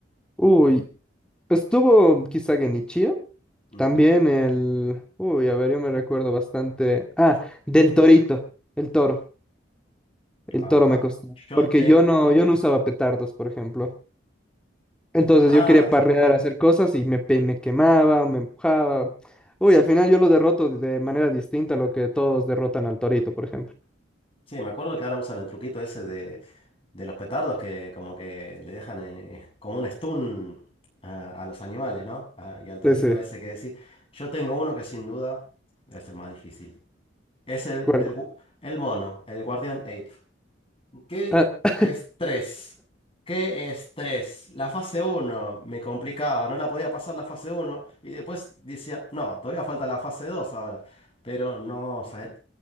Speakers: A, in the centre; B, on the left (about 30°).
A: Uy, estuvo quizá Genichiro.
B: Ujú.
A: También el... Uy, a ver, yo me recuerdo bastante. Ah,
B: Yo-
A: del torito, el toro. El
B: Ajá.
A: toro me costó.
B: Yo
A: Porque
B: tengo.
A: yo no, yo no usaba petardos, por ejemplo. Entonces
B: Ah,
A: yo quería parrear, hacer cosas y me, pe- me quemaba, me empujaba. Uy, al final yo lo derroto de manera distinta a lo que todos derrotan al torito, por ejemplo.
B: sí, me acuerdo que ahora usan el truquito ese de, de los petardos que como que le dejan eh, como un stun a, a los animales, ¿no? Ah, y al torito
A: Ese,
B: ese que decís. Yo tengo uno que sin duda es el más difícil. Es el,
A: ¿cuál?
B: el, gu- el mono, el guardián ape. ¿Qué
A: Ah,
B: estrés? ¿Qué estrés? La fase uno me complicaba, no la podía pasar la fase uno y después decía, no, todavía falta la fase 2 ahora. Pero no, o sea, el-